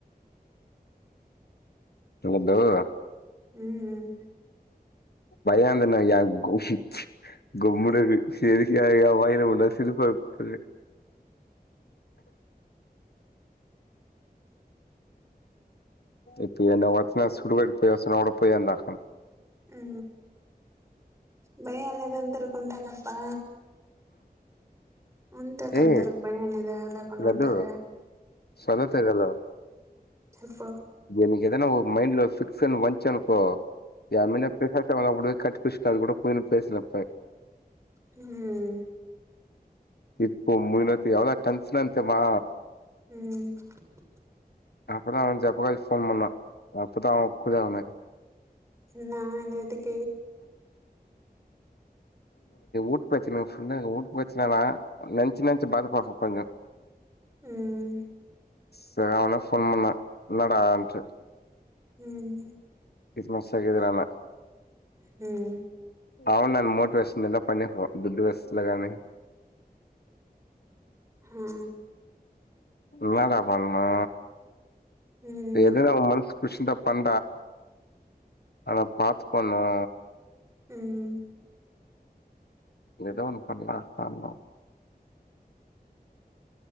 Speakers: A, on the left (about 80°); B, on the right (about 15°).
A: ఎద్దవు
B: హమ్
A: పయాంతన్నా మ్ గమ్ముడ సరి వయల ఉడా శరుపతుదు ఇప్పు ఎ వచ్చన సుడువడికి పోయి వస అడ పోయి అందాక
B: ఉ భయ అనేదు అంతకుంటాకాల్ బ ఉంతా తందరి
A: ఏ
B: భయనద అలా ప్పన
A: రద్దు
B: ఉంటార
A: సొలతగలవు
B: చెప్ప
A: దీనికి ఏదైనా మైండ్ లో ఫిక్స్ అని వంచ అనుకో మిన కస మ ఒక కట్ పచ కాదు కూడా పోయి పేసలపా
B: హమ్
A: ఇప్పు మునతి ఎవలా కన్సన అంతేమా
B: హమ్
A: అప్పుడు అను జప్ప కలిసి ఫోన్ పన్నా అప్పుత ఒ కుద ఉన్నాయి
B: నా నది ప
A: ఊట్పో ఫుల్ ఊట్ వచ్చ లంచ లంచంచి బాపాకు కొంచెం
B: హమ్
A: సరే అవున ఫోన్ పన్నా ఎడాంట
B: హమ్
A: క్రిస్మస్ ఆగదరానా
B: హమ్
A: అవునును మోటివేషన్ ఎలా ప దుడ్డు వస్లగానే
B: ఆ
A: బజ కాప్పడన్నా
B: మ్మ్
A: ఏద మనసు షంట పం ఆలా పాతు పనం
B: మ్మ్
A: ఎదో ఒన్న పనేస్తన్నం